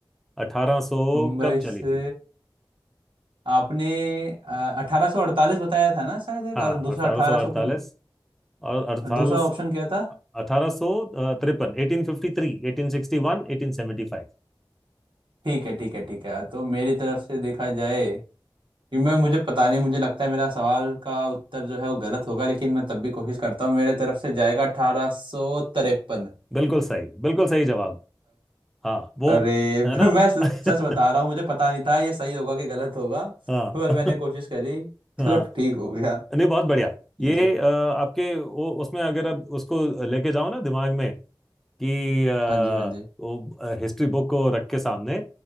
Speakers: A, in the centre; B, on the right.
A: अठारह सौ
B: मुंबई
A: कब चली
B: से
A: थी
B: आपने अठारह सौ अड़तालीस बताया था ना शायद एक
A: हाँ
B: और दूसरा
A: अठारह
B: अठारह
A: सौ
B: सौ
A: अड़तालीस
B: कुछ
A: और अड़तालीस
B: और दूसरा ऑप्शन क्या था
A: अठारह सौ तिरपन एटीन फिफ्टी थ्री एटीन सिक्सटी वन एटीन सेवेंटी फाइव
B: ठीक है ठीक है ठीक है तो मेरी तरफ से देखा जाए कि मैं मुझे पता नहीं मुझे लगता है मेरा सवाल का उत्तर जो है वो गलत होगा लेकिन मैं तब भी कोशिश करता हूँ मेरे तरफ से जाएगा अठारह सौ तिरपन
A: बिल्कुल सही बिल्कुल सही जवाब हाँ वो
B: अरे <laughs>
A: है ना
B: मैं सच
A: <laughs>
B: सच बता रहा हूँ मुझे पता नहीं था ये सही होगा कि गलत होगा
A: हाँ
B: पर
A: <laughs>
B: मैंने कोशिश करी
A: हाँ
B: चलो ठीक हो गया
A: नहीं बहुत बढ़िया
B: ये
A: ये
B: चल
A: अ, आपके वो उसमें अगर आप उसको लेके जाओ ना दिमाग में कि अ,
B: हाँ जी हाँ जी
A: वो हिस्ट्री बुक को रख के सामने